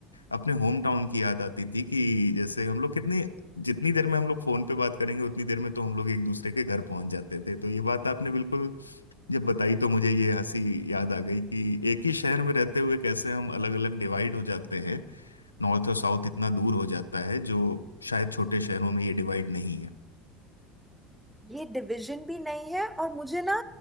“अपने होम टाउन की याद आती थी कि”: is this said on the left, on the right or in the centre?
Left